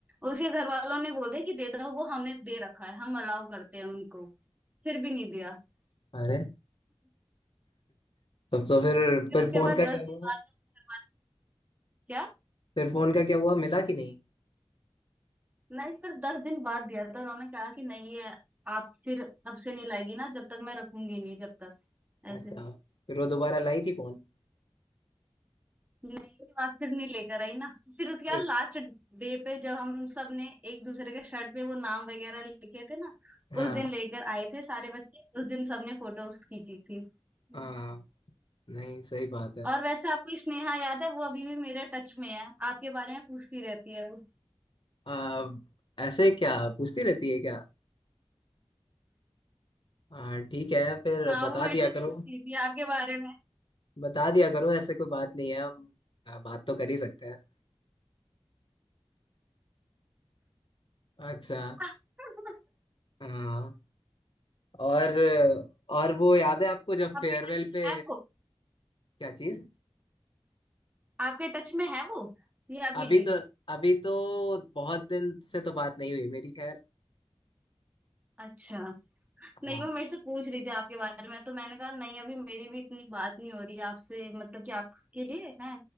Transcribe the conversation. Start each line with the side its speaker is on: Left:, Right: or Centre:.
Right: उसके घर वालों ने बोल दिया कि दे दो वो हमने दे रखा है हम अलाउ करते हैं उनको फिर भी नहीं दिया <laughs>
Left: अरे तब तो फिर
Right: फिर
Left: फिर
Right: उसके
Left: फोन
Right: बाद
Left: का क्या
Right: दस दिन
Left: हुआ
Right: बाद जब घर वाले- क्या
Left: फिर फोन का क्या हुआ मिला कि नहीं
Right: नहीं फिर दस दिन बाद दिया था उन्होंने कहा कि नहीं ये आप फिर अब से नहीं लाएगी ना जब तक मैं रखूंगी नहीं जब तक ऐसे
Left: अच्छा फिर वो दोबारा लाई थी फोन
Right: नहीं उसके बाद फिर नहीं लेकर आई ना फिर उसके बाद
Left: इस-
Right: लास्ट डे पे जब हम सब ने एक दूसरे के शर्ट पे वो नाम वगैरह लिखे थे ना
Left: हाँ
Right: उस दिन लेकर आए थे सारे बच्चे उस दिन सबने फोटोज खींची थी हम्म।
Left: हाँ नहीं सही बात है
Right: और वैसे आपको स्नेहा याद है वो अभी भी मेरे टच में है आपके बारे में पूछती रहती है वो
Left: आ, ऐसे क्या पूछती रहती है क्या हाँ ठीक है फिर
Right: हाँ
Left: बता
Right: वो मेरे
Left: दिया
Right: से पूछ
Left: करो
Right: रही थी आपके बारे में
Left: बता दिया करो ऐसे कोई बात नहीं है हम आ, बात तो कर ही सकते हैं अच्छा
Right: <laughs>
Left: हाँ और और वो याद है आपको जब
Right: आपके
Left: फेयरवेल
Right: टच में
Left: पे
Right: है
Left: क्या चीज
Right: आपके टच में है वो या अभी
Left: अभी
Right: डी
Left: तो अभी तो बहुत दिन से तो बात नहीं हुई मेरी खैर
Right: अच्छा नहीं
Left: हाँ
Right: वो मेरे से पूछ रही थी आपके बारे में तो मैंने कहा नहीं अभी मेरी भी इतनी बात नहीं हो रही है आपसे मतलब कि आपके लिए है